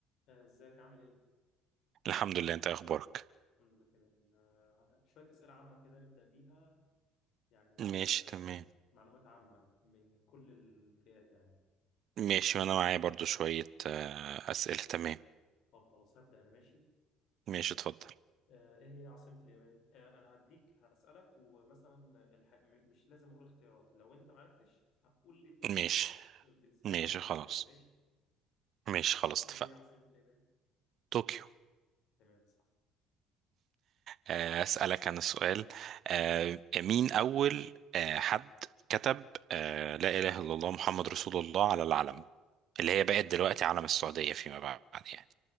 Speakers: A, on the left; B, on the right.
A: آه، ازيك عامل ايه؟
B: الحمد لله انت ايه اخبارك
A: الحمد لله تمام آه، شوية أسئلة عامة كده نبدأ بيها يعني
B: ماشي
A: آه،
B: تمام
A: معلومات عامة من كل الفئات يعني
B: ماشي وانا معايا برضو شوية آه، اسئلة تمام
A: طب خلاص هبدأ أنا ماشي
B: ماشي اتفضل
A: آه، إيه هي عاصمة اليابان؟ آه، أنا هديك هسألك ومثلا الح... م- مش لازم أقول اختيارات لو أنت معرفتش هتقول لي الاختيارات
B: ماشي
A: بالنسبة
B: ماشي
A: لك وبالنسبة
B: خلاص
A: لي ماشي؟
B: ماشي خلاص
A: إيه
B: اتفقنا
A: هي عاصمة اليابان؟
B: طوكيو
A: تمام صح
B: آه، اسألك انا سؤال آه، مين اول آه، حد كتب آه، لا اله الا الله محمد رسول الله على العلم اللي هي بقت دلوقتي علم السعودية فيما بعد يعني